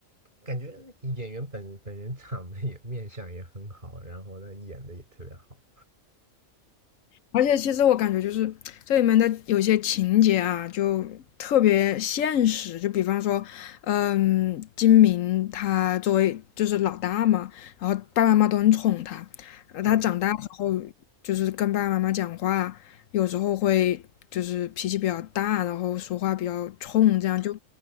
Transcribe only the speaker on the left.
而且其实我感觉就是这里面的有些情节啊，就特别现实。就比方说，嗯，金明他作为就是老大嘛，然后爸爸妈妈都很宠他，呃，
他长大之后就是跟爸爸妈妈讲话，有时候会就是脾气比较大，然后说话比较冲，这样就